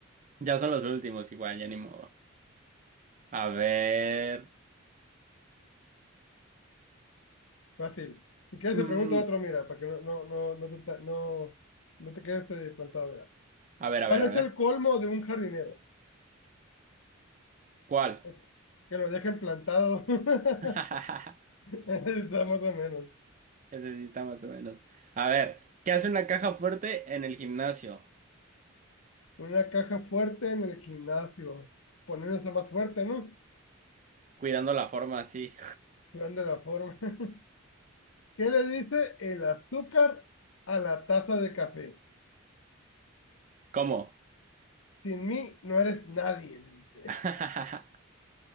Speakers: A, on the right (about 40°); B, on the left (about 75°).
A: Ya son los últimos, igual, ya ni modo. A ver.
B: Fácil. Si quieres
A: mm,
B: te pregunto otro, mira, para que no, no, no, no, te, ta- no, no te quedes eh, plantado, mira.
A: a ver,
B: ¿Cuál
A: a ver, a
B: es
A: ver.
B: el colmo de un jardinero?
A: ¿Cuál?
B: <laughs> Que lo dejen plantado. <laughs>
A: <laughs>
B: Está más o menos.
A: Ese sí está más o menos. A ver, ¿qué hace una caja fuerte en el gimnasio?
B: Una caja fuerte en el gimnasio. Poniéndose más fuerte, ¿no?
A: Cuidando la forma así.
B: Cuidando la forma. <laughs> ¿Qué le dice el azúcar a la taza de café?
A: ¿Cómo?
B: Sin mí no eres nadie, le dice.
A: <laughs>